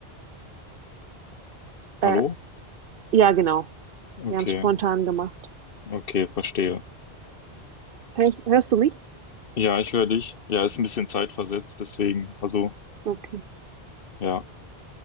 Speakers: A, on the right; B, on the left.
A: äh,
B: Hallo?
A: ja, genau,
B: Okay,
A: wir haben es spontan gemacht.
B: okay, verstehe.
A: Hörst, hörst du mich?
B: Ja, ich höre dich. Ja, ist ein bisschen zeitversetzt, deswegen, also,
A: Okay,
B: ja.